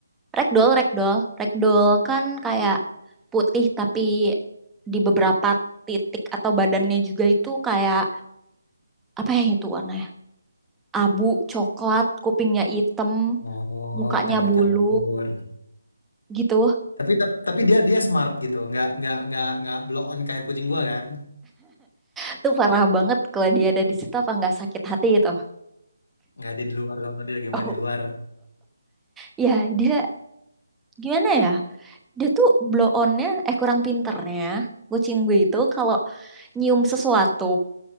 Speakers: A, in the centre; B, on the left (about 65°).
A: Ragdoll, ragdoll, ragdoll kan kayak putih tapi di beberapa titik atau badannya juga itu kayak apa ya itu warnanya? Abu, coklat, kupingnya hitam,
B: Oh,
A: mukanya
B: campur-campur.
A: Iya, bulu gitu.
B: Tapi tapi dia dia smart gitu. Nggak nggak nggak nggak blow on kayak kucing gua kan.
A: Itu parah banget kalau dia ada di situ apa nggak sakit hati itu.
B: Nggak ada di luar kalau dia lagi
A: Oh,
B: main di luar.
A: Ya dia gimana ya? Dia tuh blow onnya eh kurang pinternya kucing gue itu kalau nyium sesuatu